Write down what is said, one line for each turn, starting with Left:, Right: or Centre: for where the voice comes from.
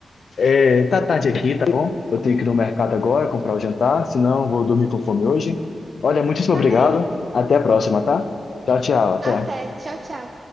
Left: É, tá tarde aqui, tá bom? Eu tenho que ir no mercado agora comprar o jantar, senão vou dormir com fome hoje. Olha, muitíssimo
Right: Tá
Left: obrigado.
Right: bem.
Left: Até a próxima, tá? Tchau, tchau, até.
Right: Até. Tchau, tchau.